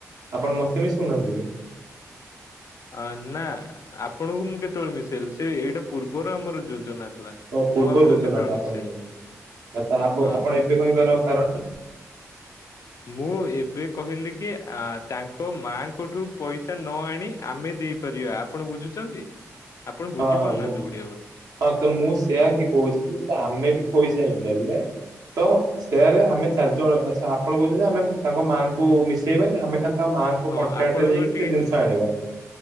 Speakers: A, on the right; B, on the left.
A: ଆପଣ ମତେ ବି ଶୁଣନ୍ତି କି?
B: ଆ ନା ଆପଣଙ୍କୁ ମୁଁ କେତେବେଳେ ମିଶେଇଲି ସେ ଏଇଟା ପୂର୍ବରୁ ଆମର ଯୋଜନା। ଥିଲା।
A: ଓ ପୂର୍ବ
B: ମୁଁ ଆପଣଙ୍କୁ
A: ଯୋଜନାଟା
B: କେତେବେଳେ
A: ଆପଣ
B: ମିଶେଇଲି
A: ପାଇଁ। ତ ଆପଣ
B: ହଁ।
A: ଏବେ କହିବାର କାରଣ?
B: ମୁଁ ଏ ଏବେ କହିଲି କି ଆ ତାଙ୍କ ମାଆଙ୍କଠୁ ପଇସା ନ ଆଣି ଆମେ ଦେଇପାରିବା ଆପଣ ବୁଝୁଛନ୍ତି ଆପଣ ବୁଝିପାରୁନାହାନ୍ତି
A: ହଁ ହଁ ମୁଁ
B: ଓଡିଆ ବୋଧେ।
A: ହଁ ତ ମୁଁ ସେୟା
B: ହଁ।
A: ହିଁ କହୁଛି ଯେ ଆମେ ବି ପଇସା ହେଇଦେଲେ ତ ସେୟାର ରେ ଆମେ ଚାରି ଜଣ ଆଛା ଆପଣ କହୁଛନ୍ତି ଆମେ ତାଙ୍କ ମାଆଙ୍କୁ ମିଶେଇବାନି ଆମେ ଖାଲି ଆ ମାଆଙ୍କୁ
B: ହଁ
A: କଣ୍ଟ୍ରାକ୍ଟରେ
B: ଆପଣଙ୍କ
A: ଯାଇକି
B: ଟିକେ
A: ସେ ଜିନିଷ ଆଣିବା